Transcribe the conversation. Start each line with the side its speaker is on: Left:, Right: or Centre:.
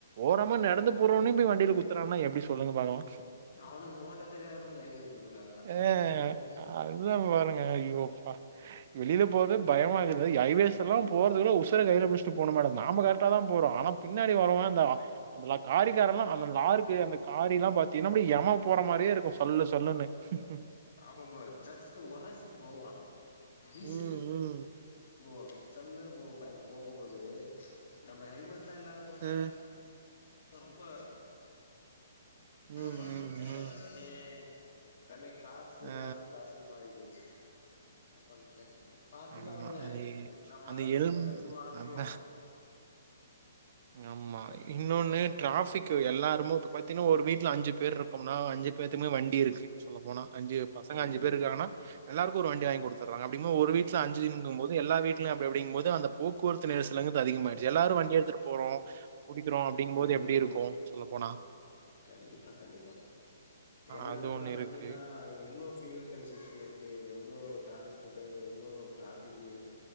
Right: ஓரமா நடந்து போறனவனயும் போய் வண்டிய குத்துறாங்கன்னா எப்படி சொ சொல்லுங்க பாக்களா
Left: அவனுக்கு ஓட்ட தெரியாதவனுக்கு லைசன்ஸ் குடுத்துருக்காங்க
Right: ஆஹ்
Left: அதுதா
Right: அதுதான் பாருங்க ஐயோப்பா வெளியில போறதே பயமாயிருக்குது மேடம் ஐவேஸ்யேல்லா போறதுவிட ஒர்ஸ்டு உசுற கையில பிச்சிட்டு போனும் மேடம் நாம கரக்டா தான் போறோம் ஆனா பின்னாடி வர்வன்ந்தா அந்துல காரிக்காரல்லா அந்த லாருக்கு அந்த காரில்லா பாத்தீங்கன்னா அப்படி எம போற மாதிரியே இருக்கும் சல்லு சல்லுனு ம்
Left: ஆமா ப்ரோ ஜஸ்ட் ஒரைசிட்டு போவான் ஜீசன்ட்
Right: ம், ம்.
Left: போவா அப்டியே சல்லுனு போகு பாருங்க போகும்போது நம்ம ஹெல்மெட் எல்லா இல்லாது போயிட்டா
Right: அ.
Left: இன்னும் ஆ ரொம்ப ரொம்ப
Right: ம்,
Left: பண்ண
Right: ம்,
Left: தெர்ல
Right: ம்.
Left: யமே தமேக் காசு
Right: ஆ
Left: காசு காசுனு மாறி போயிரு ச்சு தப்பான் தெல் செரி பாத்துக்கலா
Right: ஆமா.
Left: விடுங்க
Right: அது
Left: நம்மளால
Right: அந்த
Left: முடிஞ்ச
Right: எல்ம்
Left: எதாச்சு மாற்றுவோ
Right: அத ஆமா
Left: பண்றது
Right: இன்னொனு
Left: தெர்ல
Right: டிராஃபிக்கு எல்லாருமு இப்ப பாத்தீனா ஒரு வீட்ல அஞ்சு பேர் இருக்கோம்னா அஞ்சு பேத்துக்குமே வண்டி இருக்கு சொல்ல போனா அஞ்சு பசங்க அஞ்சு
Left: ம்
Right: பேரு இருக்காங்கனா
Left: ம்
Right: எல்லாரு கு ஒரு வண்டி வாங்கி குடுத்துறாங்க அப்டிங்கு போது ஒரு வீட்ல அஞ்சுங்குனும் போது எல்லா வீட்லயு அப் அப்டிங்கு போது அந்த போக்குவரத்து நெரிசலுங்குது அதிகமாயிது எல்லாரு வண்டி எடுத்துட் குறோ புடிக்கிறோ அப்டிங்கும்போது
Left: ம்
Right: எப்டி இருக்கும் சொ சொல்ல போனா
Left: கண்டிப்பா கண்டிப்பா எல்லாருக்கு
Right: அது ஒண்ணு
Left: வண்டினா
Right: இருக்கு.
Left: எவ்ளோ ஃபில் கன்சப்ஷன் இருக்கு எவ்ளோ டிரான்ஸ்போர்டு எவ்ளோ ட்ராஃபிக்கு